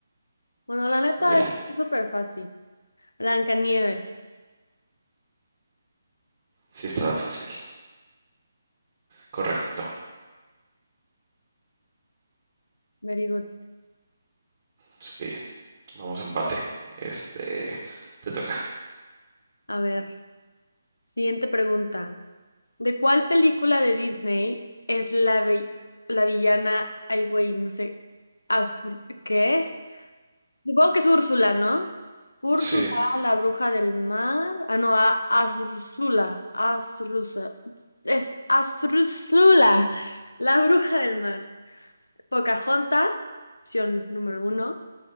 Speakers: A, on the left; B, on the right.
A: Bueno, la neta
B: o Bella.
A: es súper fácil. Blancanieves.
B: Sí, estaba fácil. Correcto.
A: Very good.
B: Sí, vamos empate. Este, te toca.
A: A ver, siguiente pregunta. ¿De cuál película de Disney es la, vi- la villana? Ay, güey, no sé. Azur- ¿Qué? Supongo que es Úrsula, ¿no? Úrsula,
B: Sí,
A: la bruja del mar. Ah, no, a Azrúzula. Azrúzula. Es Azrúzula, la bruja del mar. Pocahontas, opción número uno.